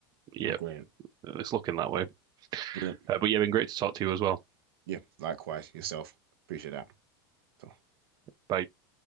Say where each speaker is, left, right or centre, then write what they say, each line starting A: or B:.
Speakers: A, on the right; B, on the right.
A: yep.
B: oh, great,
A: It's looking that way.
B: great,
A: Uh, but yeah, been great to talk to you as well.
B: yeah. Likewise, yourself. Appreciate that. So.
A: Bye.